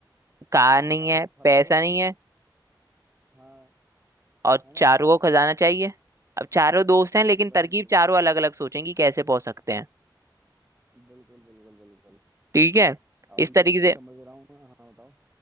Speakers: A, on the right; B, on the right.
A: कार नहीं
B: कार
A: है
B: तो खराब
A: पैसा
B: हो रखी
A: नहीं
B: है
A: है
B: हाँ
A: और
B: है ना
A: चारों को खजाना चाहिए अब चारों दोस्त हैं लेकिन
B: वही
A: तरकीब
B: वही
A: चारों अलग अलग सोचेंगी कैसे पहुंच सकते हैं
B: बिल्कुल बिल्कुल बिल्कुल
A: ठीक है
B: अब
A: इस
B: ये
A: तरीके
B: भी
A: से
B: समझ रहा हूँ मैं हाँ बताओ